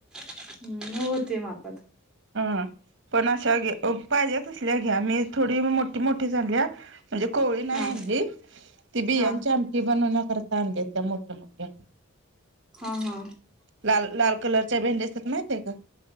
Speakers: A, in the centre; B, on the right (about 55°).
A: हम्म मग, होते मापात.
B: हा. पण, अशा पाहिजे तसल्या घ्या. मी थोडी मोठी मोठी झाल्या. म्हणजे कोवळी नाही
A: हा
B: आणली. ती बियांची
A: हा
B: आमटी बनवण्याकरता आणली त्या मोठ्या मोठ्या.
A: हा हा.
B: लाल लाल कलरच्या भेंड्या असतात माहिती आहे का?